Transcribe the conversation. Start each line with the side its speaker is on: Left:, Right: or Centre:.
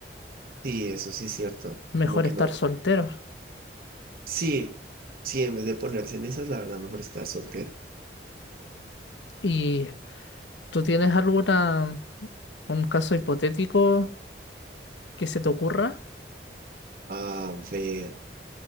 Right: sí, eso sí es cierto.
Left: Mejor
Right: Como que
Left: estar
Right: no.
Left: soltero.
Right: Sí, sí, en vez de ponerse en esas, la verdad, mejor estar soltero.
Left: ¿Y tú tienes alguna, un caso hipotético? que se te ocurra.
Right: A ver,